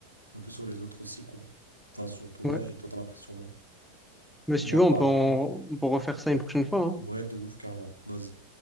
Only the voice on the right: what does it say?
et un peu sur les autres aussi, quoi. Enfin, sur toi
et toi, t'en as appris sur moi.
On
en
reparlera,
hein.
Ouais, de ouf, carrément. Vas-y.